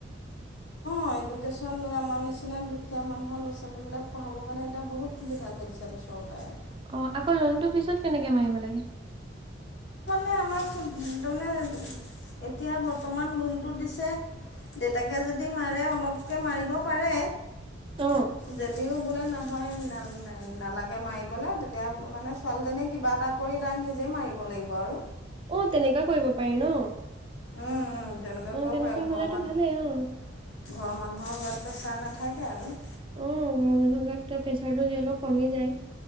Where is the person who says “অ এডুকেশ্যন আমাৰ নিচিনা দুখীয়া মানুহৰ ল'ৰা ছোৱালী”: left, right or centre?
Left